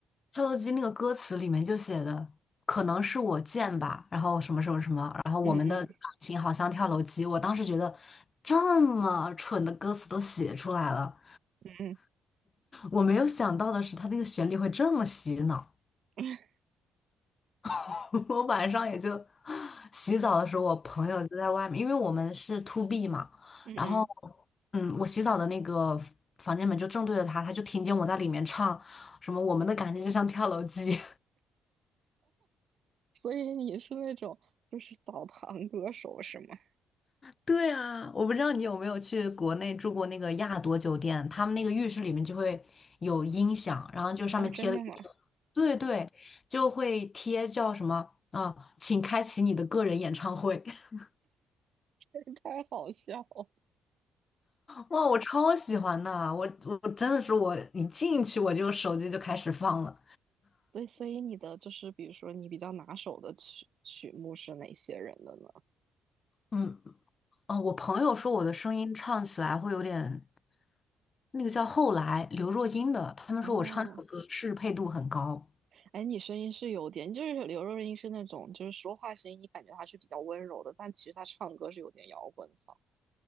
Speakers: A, on the left; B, on the right.
A: 跳楼机那个歌词里面就写的，可能是我贱吧，然后什么什么什么，然后我们的感情好像跳楼机。
B: 嗯嗯
A: 我当时觉得这么蠢的歌词都写出来了，
B: 嗯
A: 我没有想到的是它那个旋律会这么洗脑。
B: 嗯
A: <laughs> 我晚上也就洗澡的时候，我朋友就在外面，因为我们是 to B 嘛，
B: 嗯嗯，
A: 然后嗯，我洗澡的那个房间门就正对着他，他就听见我在里面唱什么我们的感情就像跳楼机。
B: 所以你是那种就是澡堂歌手是吗？
A: 对啊，我不知道你有没有去国内住过那个亚朵酒店，他们那个浴室里面就会有音响，然后就上面贴了一个，
B: 哦，真的吗？
A: 对对，就会贴叫什么啊，请开启你的个人演唱会。<laughs>
B: <laughs> 太好笑了。
A: 哇，我超喜欢的啊，我我真的是我一进去我就手机就开始放了。
B: 对，所以你的就是比如说你比较拿手的曲曲目是哪些人的呢？
A: 嗯，哦，我朋友说我的声音唱起来会有点那个叫后来刘若英的，他们说我唱这首歌适配度很高。
B: 哦，哎，你声音是有点，就是刘若英是那种就是说话声音，你感觉她是比较温柔的，但其实她唱歌是有点摇滚嗓。